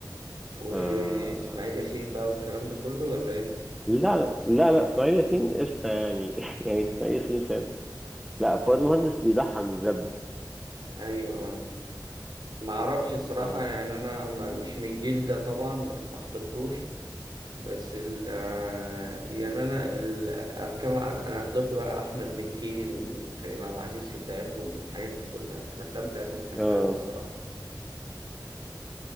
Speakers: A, on the right; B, in the centre.
A: واسماعيل
B: آه،
A: ياسين بقى والكلام ده كله ولا ايه
B: لا لا لا لا، اسماعيل ياسين قشطة يعني <laughs> يعني اسماعيل ياسين فاهم لا فؤاد مهندس بيضحك بجد
A: ايوه ما اعرفش الصراحه
B: اه
A: يعني انا ما- مش من الجيل ده طبعا ما حضرتوش بس ال آه، يعني أنا ال- أتكلم عن- أنا حضرت بقى أحمد مكي وكريم عبد العزيز في بداياتهم الحاجات دي كلها الأفلام بتاعتهم بحبها
B: اه
A: أوي الصراحة